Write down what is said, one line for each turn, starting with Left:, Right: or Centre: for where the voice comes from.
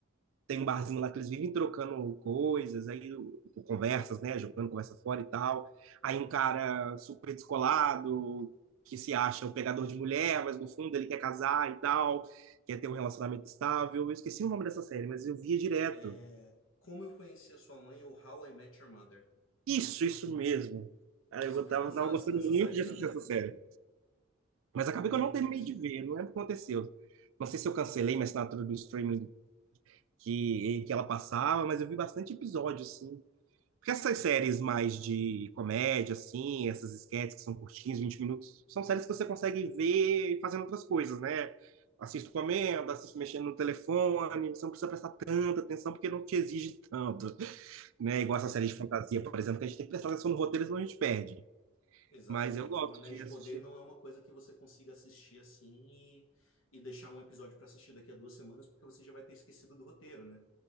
Right: têm um barzinho lá que eles vivem trocando coisas, aí conversas, né, jogando conversa fora e tal. Aí um cara super descolado, que se acha o pegador de mulher, mas no fundo ele quer casar e tal, quer ter um relacionamento estável. Eu esqueci o nome dessa série, mas eu via direto.
Left: É, Como Eu Conheci a Sua Mãe ou How I Met Your Mother.
Right: Isso, isso mesmo. Cara,
Left: Sou
Right: eu
Left: fãzaço
Right: tava, tava gostando
Left: dessa
Right: muito
Left: série
Right: de
Left: também.
Right: assistir essa série. Mas acabei
Left: É muito
Right: que eu não terminei
Left: divertida.
Right: de ver, não lembro o que aconteceu. Não sei se eu cancelei minha assinatura do streaming que, que ela passava, mas eu vi bastante episódio, assim. Porque essas séries mais de comédia, assim, essas esquetes que são curtinhas, 20 minutos, são séries que você consegue ver fazendo outras coisas, né? Assisto comendo, assisto mexendo no telefone, você não precisa prestar tanta atenção porque não te exige tanto, né? Igual essa
Left: Uhum.
Right: série de fantasia, por exemplo, que a gente tem que prestar atenção no roteiro, senão a gente perde.
Left: Exatamente.
Right: Mas eu gosto
Left: Um Anéis
Right: de
Left: de
Right: assistir.
Left: Poder não é uma coisa que você consiga assistir assim e, e deixar um episódio para assistir daqui a duas semanas, porque você já vai ter esquecido do roteiro, né?